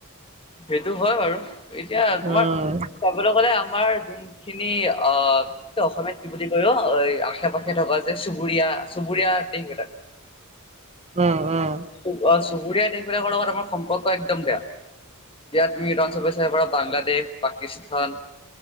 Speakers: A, on the left; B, on the right.
A: সেইটো হয় বাৰু, এতিয়া তোমাৰ
B: উম।
A: চাবলৈ গলে আমাৰ যোন- যোনখিনি অ। এইটো অসমীয়াত কি বুলি কয় ন আশে পাশে থকা যে চুবুৰীয়া চুবুৰীয়া দেশ বিলাক।
B: উম উম।
A: উ চুবুৰীয়া দেশবিলাকৰ লগত আমাৰ সম্পৰ্ক একদম বেয়া। এতিয়া তুমি ৰঞ্চ বিচাৰ পাৰা বাংলাদেশ পাকিস্তান।